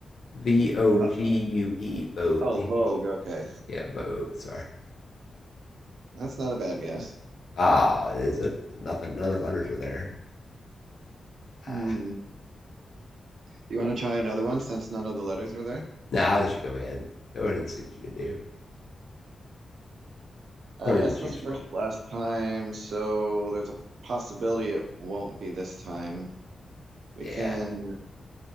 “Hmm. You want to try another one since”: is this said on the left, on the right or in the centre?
Right